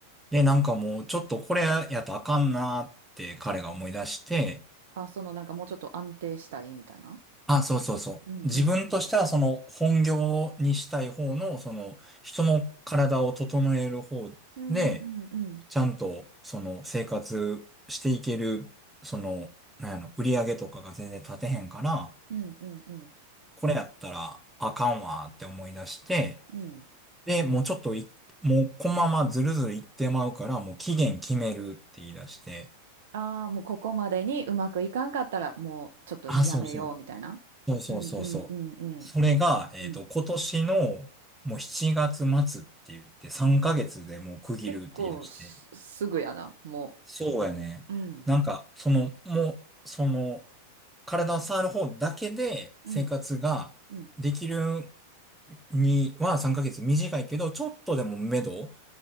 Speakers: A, in the centre; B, on the right.
A: で、なんかもう、ちょっとこれやとあかんなーって彼が思い出して、
B: あ。あ、そのなんかもうちょっと安定したいみたいな。
A: あ、そうそうそう。
B: うんうんうん
A: 自分としてはその本業にしたい方の、その人の体を整える方で、
B: うんうんうん
A: ちゃんとその生活していける、その、なんやろ、売り上げとかが全然立てへんから、
B: うんうんうん
A: これやったらあかんわーって思い出して、
B: うん。
A: で、もうちょっとい、もうこのままずるずるいってまうから、もう期限決めるって言い出して、
B: うんああ、もうここまでにうまくいかんかったら、もうちょっとやめようみたいな。
A: あ、そうそう。そうそうそうそう。
B: うんうんうんうん。
A: それが、えっと、
B: うん。
A: 今年のもう7月末って言って3ヶ月でもう区切るって言い出して。
B: 結構す、すぐやな、も
A: そうやね。
B: う。うん。
A: なんか、その、もう、その、体を触る方だけで生活ができる
B: うんうん。
A: には3ヶ月短いけど、ちょっとでも目処